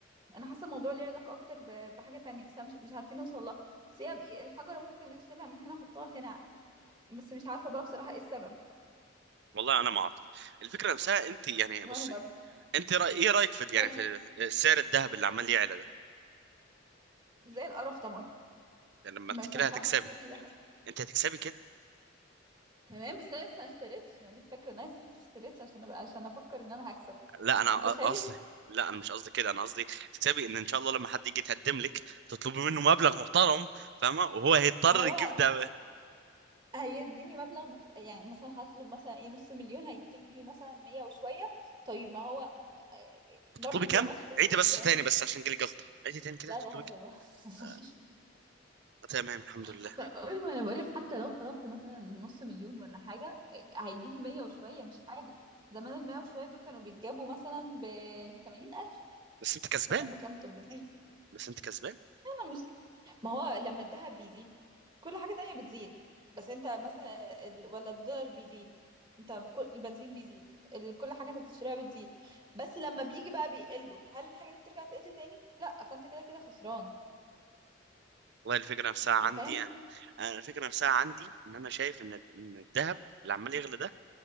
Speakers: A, on the right (about 25°); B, on the right (about 60°).
A: انا حاسه الموضوع ليه علاقه اكتر ب- بحاجه تانية بس أنا مش مش عارفين نوصل لها بس هي بي- الحجره ممكن اشيلها من هنا احطها هنا بس مش عارفه بقى بصراحه ايه السبب
B: والله انا ما اعرف الفكره نفسها انت يعني
A: وانا
B: بص
A: برضه
B: انت رأي... ايه رايك في يعني
A: تل...
B: في سعر الذهب اللي عمال يعلى ده
A: زي القرف طبعا
B: يعني لما
A: مش
B: انت كده
A: مش
B: هتكسبي
A: عارفه اشتري ده
B: انت هتكسبي كده
A: تمام بس انا لسه ما اشتريتش ما دي الفكره انا لسه ما اشتريتش عشان أبقى عشان افكر ان انا هكسب
B: لا انا
A: انت شاري
B: أ- قصدي لا انا مش قصدي كده انا قصدي تكسبي ان ان شاء الله لما حد يجي يتقدم لك تطلبي منه مبلغ محترم فاهمه وهو هيضطر
A: ما هو
B: يجيب ده
A: هيديني مبلغ محت... يعني مثلا هطلب مثلا ايه نص مليون هيجيب لي مثلا 100 وشويه طيب ما هو برضو
B: تطلبي
A: الجرامات
B: كام
A: شو...
B: عيدي بس
A: جرام
B: تاني بس عشان جالي جلطه عيدي تاني كده
A: لا
B: تطلبي
A: بهزر
B: كام
A: بهزر
B: آه، تمام الحمد لله
A: <laughs> قول ما انا بقولك حتى لو طلبت مثلا نص مليون ولا حاجه هيجيب 100 وشويه مش حاجه زمان المية وشويه دول كانوا بيتجابوا مثلا ب 80 الف
B: بس انت كسبان
A: ايام ما كان ب 800
B: بس انت كسبان
A: أنا مش ما هو لما الذهب بيزيد كل حاجة تانية بتزيد بس انت مثلا ال... ولا الدولار بيزيد انت كل البنزين بيزيد ال... كل حاجة انت بتشتريها بتزيد بس لما بيجي بقى بيقله هل الحاجة دي بترجع تقل تاني؟ لا فانت كده كده خسران
B: والله الفكره نفسها عندي
A: انت فاهم؟
B: يعني. انا الفكره نفسها عندي ان انا شايف ان إن الذهب اللي عمال يغلى ده